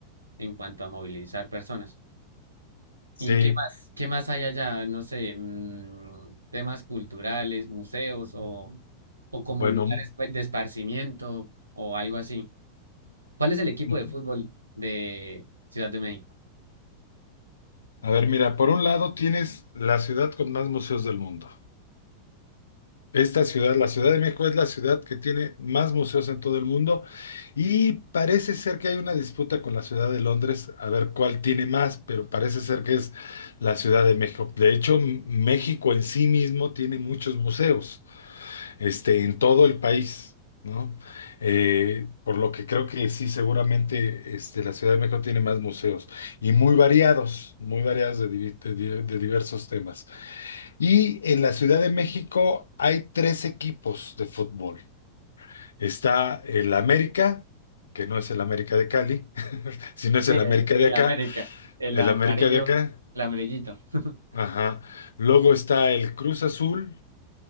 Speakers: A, on the right; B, on the left.
A: en cuanto a movilizar personas.
B: sí,
A: ¿Y qué más? ¿Qué más hay allá? No sé, mm, temas culturales, museos o, o como
B: bueno,
A: lugares
B: mm,
A: pe- de esparcimiento o algo así. ¿Cuál es el equipo
B: mm.
A: de fútbol de Ciudad de México?
B: a ver, mira, por un lado tienes la ciudad con más museos del mundo. Esta ciudad, la Ciudad de México, es la ciudad que tiene más museos en todo el mundo y parece ser que hay una disputa con la Ciudad de Londres a ver cuál tiene más, pero parece ser que es la Ciudad de México. De hecho, M- México en sí mismo tiene muchos museos, este, en todo el país, ¿no? Eh, por lo que creo que sí, seguramente, este, la Ciudad de México tiene más museos y muy variados, muy variados de, divi- de di- de diversos temas. Y en la Ciudad de México hay tres equipos de fútbol. Está el América, que no es el América de Cali, <laughs> sino es
A: Sí,
B: el
A: el,
B: América de
A: el
B: acá,
A: América, el
B: el
A: amarillo,
B: América de acá.
A: el amarillito. <laughs>
B: Ajá. Luego está el Cruz Azul,